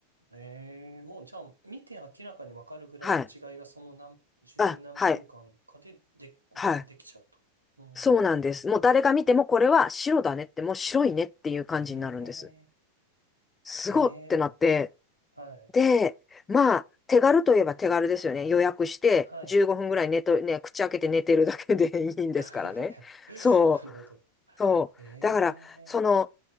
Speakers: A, on the right (about 80°); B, on the left (about 15°).
A: ええ、もうじゃあ、見て明らかにわかるぐらいの違いがその何、
B: はい。
A: 十何分間かで、
B: あ、はい。
A: で、こうできちゃうと。
B: はい。
A: うん。
B: そうなんです。もう誰が見てもこれは白だねって、もう白いねっていう感じになるんです。
A: え
B: すごってなって。
A: え、ええ、はい、
B: で、まあ、手軽といえば手軽ですよね。予約して15分ぐらい寝と、
A: はい、
B: ね、口開けて寝てるだけで <laughs> いいんですからね。
A: はい、はい。<laughs>
B: そう、
A: なるほど。
B: そう。
A: ええ
B: だから、その、